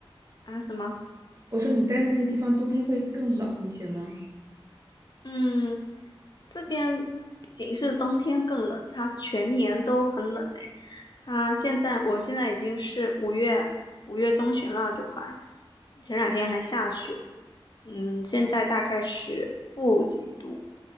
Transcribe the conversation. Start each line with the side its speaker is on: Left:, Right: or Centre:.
Left: 啊？什么？
Right: 我说你待的那个地方冬天会更冷一些吗？
Left: 嗯，这边不仅是冬天更冷，它是全年都很冷的。它现在，我现在已经是五月五月中旬了，就快，前两天还下雪。嗯，现在大概是负几度